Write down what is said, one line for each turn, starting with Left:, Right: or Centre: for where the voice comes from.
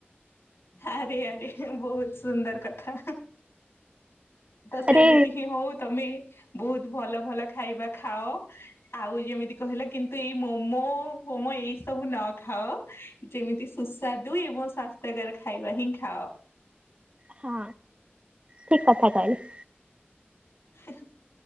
Left: ଆରେ ଆରେ ବହୁତ ସୁନ୍ଦର କଥା ତ ସେମିତି
Right: ଆରେ
Left: ହିଁ ହଉ ତମେ ବହୁତ ଭଲ ଭଲ ଖାଇବା ଖାଅ ଆଉ ଯେମିତି କହିଲ କିନ୍ତୁ ଏଇ ମୋମୋ ହୋମ ଏଇସବୁ ନ ଖାଅ ଯେମିତି ସୁସ୍ୱାଦୁ ଏବଂ ସ୍ଵା ଜାଗାରେ ଖାଇବା ହିଁ ଖାଅ
Right: ହଁ ଠିକ କଥା କହିଲ
Left: ହୁଁ